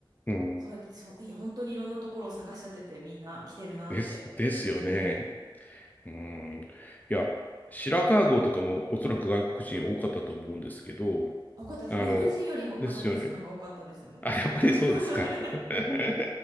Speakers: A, on the left; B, on the right.
A: うん。
B: そうやって、そう、い本当にいろんなところを探し当ててみんな来てるなって。
A: です、ですよね。
B: うん。
A: うん。いや、白川郷とかもおそらく外国人多かったと思うんですけど、
B: 多かったです。
A: あの、
B: 日本人よりも外国人の方が多かったです、
A: ですよね。
B: もう。
A: あ、やっぱりそうですか。<laughs>